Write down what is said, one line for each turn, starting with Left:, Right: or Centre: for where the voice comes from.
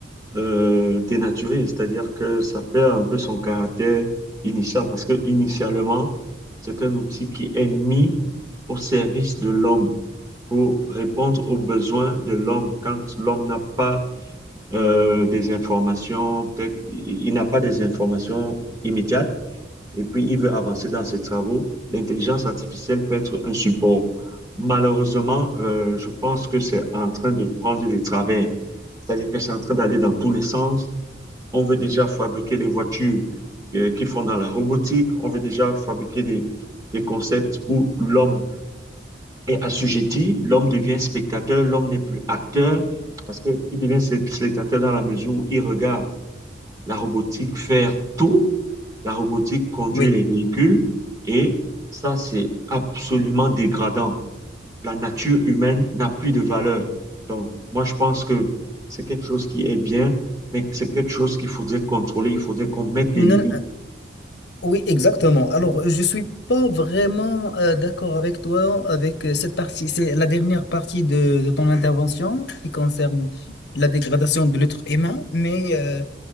Right: euh, dénaturer, c'est-à-dire que ça perd un peu son caractère initial, parce que initialement, c'est un outil qui est mis au service de l'homme pour répondre aux besoins de l'homme. Quand l'homme n'a pas euh, des informations, peut-être il il n'a pas des informations immédiates et puis il veut avancer dans ses travaux, l'intelligence artificielle peut être un support. Malheureusement, euh, je pense que c'est en train de prendre des travers, c'est-à-dire que c'est en train d'aller dans tous les sens. On veut déjà fabriquer les voitures euh, qui font dans la robotique, on veut déjà fabriquer des, des concepts où l'homme est assujetti, l'homme devient spectateur, l'homme n'est plus acteur, parce qu'il devient spectateur dans la mesure où il regarde la robotique faire tout la robotique conduit
Left: Oui.
Right: les véhicules et ça, c'est absolument dégradant. La nature humaine n'a plus de valeur. Donc, moi, je pense que c'est quelque chose qui est bien, mais que c'est quelque chose qu'il faudrait contrôler. Il faudrait qu'on mette des limites.
Left: Non, Oui, exactement. Alors, euh, je suis pas vraiment euh, d'accord avec toi avec euh, cette partie. C'est la dernière partie de, de ton intervention qui concerne la dégradation de l'être humain, mais euh,